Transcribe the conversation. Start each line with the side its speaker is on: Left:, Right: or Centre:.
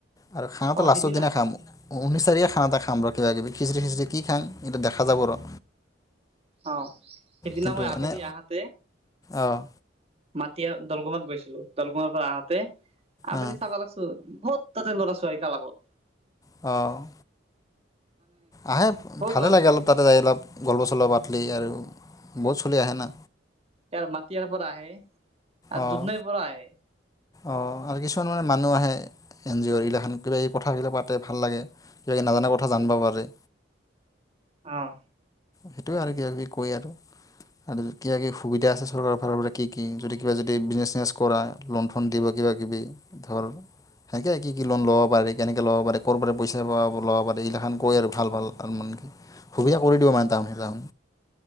Left: আৰু খানাটো
Right: অ',
Left: লাষ্টৰ
Right: সেইদিনা
Left: দিনা খাম। অ', ঊনিচ তাৰিখে খানা এটা খাম ৰ কিবা কিবি খিচিৰি খিচিৰি কি খাম এইটো দেখা যাব ৰ।
Right: অ', সেইদিনা
Left: কিন্তু
Right: মই আবেলি
Left: এনে
Right: আহাতে
Left: অঁ
Right: মাটি দলগুমাত গৈছিলো দলগুমাৰ পৰা আহাতে আবেলি
Left: অঁ
Right: চাবা লাগছো বহুত তাতে ল'ৰা ছোৱোৱাৰী ক্লাবত।
Left: অ'। আহে
Right: বহুত
Left: ভালে
Right: ল'ৰা
Left: লাগে
Right: ছোৱালী
Left: অলপ তাতে যাই অলপ গল্প চল্প পাটলি আৰু। বহুত চলি আহে না।
Right: ইয়াৰ মাটিয়াৰ পৰা আহে আৰু
Left: অঁ
Right: দুদধনৈ পৰা আহে।
Left: অঁ আৰু কিছুমান মানে মানুহ আহে এন জি অ'ৰ এইগিলাখন কিবা কিবি কথাবিলা পাতে ভাল লাগে কিবা কিবি নাজানা কথা জানিব পাৰে।
Right: আহ।
Left: সেইটোৱে আৰু কিব কিবি কয় আৰু। আৰু কিবা কিবি সুবিধা আছে চৰকাৰৰ ফালৰ পৰা কি কি যদি কিবা যদি বিজনেচ চিজনেছ কৰা লোন ফোন দিব। কিবা কিবি ধৰ সেনেকে কি কি লোন লব পাৰে কেনেকে ল'ব পাৰে ক'ৰ পৰাাৰে পইচা ল'ব পাৰে এইগালাখান কৈ আৰু ভাল ভাল মানে।
Right: <inaudible>
Left: কি সুবিধা কৰি দিব মানে তাহোন তাহোন